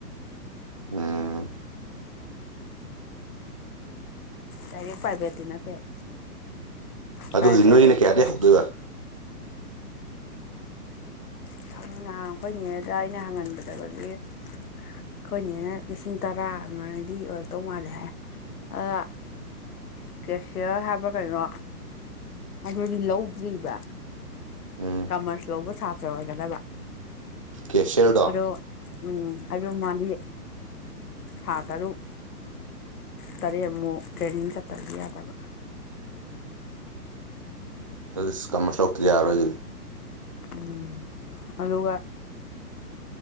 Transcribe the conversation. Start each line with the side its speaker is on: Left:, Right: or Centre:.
Right: ꯎꯝ <inaudible>
Left: ꯗꯥꯏꯔꯦꯛ ꯄ꯭ꯔꯥꯏꯚꯦꯠꯇꯤ ꯅꯠꯇꯦꯕ
Right: ꯑꯗꯨ
Left: ꯄ꯭ꯔꯥꯏꯚꯦꯠ
Right: ꯍꯧꯖꯤꯛ ꯅꯣꯏꯒꯤꯅ
Left: ꯑꯣꯏꯇꯥꯒꯦ
Right: ꯀꯌꯥꯗꯩ ꯍꯧꯗꯣꯏꯕ
Left: ꯉꯍꯥꯡ ꯑꯩꯈꯣꯏꯅꯤꯉꯦꯗ ꯑꯩꯅ ꯍꯪꯍꯟꯕꯗ ꯍꯧꯖꯤ ꯑꯩꯈꯣꯏꯅꯦꯅ ꯂꯤꯁꯤꯡ ꯇꯔꯥꯃꯩꯗꯤ ꯑꯣꯏꯔꯛꯇꯧ ꯃꯥꯜꯂꯦ ꯍꯥꯏ ꯑ ꯀꯦꯁꯤꯌꯔ ꯍꯥꯏꯕ ꯀꯩꯅꯣ ꯑꯗꯨꯗꯤ ꯂꯧꯗ꯭ꯔꯤꯕ꯭ꯔꯥ
Right: ꯎꯝ
Left: ꯀꯃꯔꯁ ꯂꯧꯕ ꯁꯥꯇ꯭ꯔ ꯑꯣꯏꯒꯗꯕ
Right: ꯀꯦꯁꯔꯗꯣ
Left: ꯑꯗꯣ ꯎꯝ ꯑꯗꯨ ꯃꯥꯗꯤ ꯊꯥ ꯇꯔꯨꯛ ꯇꯔꯦ ꯑꯃꯨꯛ ꯇ꯭ꯔꯦꯅꯤꯡ ꯆꯠꯇꯗꯤ ꯌꯥꯗꯕ
Right: ꯍ ꯀꯃꯔꯁ ꯂꯧꯇꯗꯤ ꯌꯥꯔꯣꯏ ꯑꯗꯨꯗꯤ
Left: ꯎꯝ ꯑꯗꯨꯒ